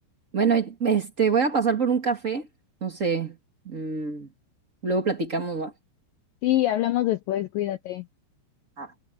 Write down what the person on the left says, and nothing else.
Sí, hablamos después, cuídate.